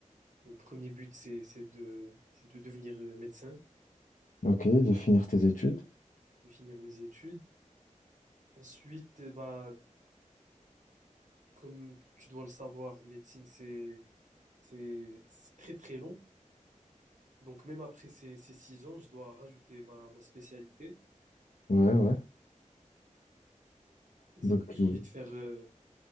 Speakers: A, on the right; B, on the left.
A: mon premier but, c'est, c'est de, c'est de devenir euh, médecin,
B: Ok, de finir tes études.
A: de finir mes études. Ensuite, euh, bah, comme tu dois le savoir, médecine, c'est, c'est, c'est très très long. Donc même après ces, ces six ans, je dois rajouter ma, ma spécialité.
B: Ouais, ouais.
A: Et
B: Donc
A: c'est tout, j'ai
B: il...
A: envie de faire euh,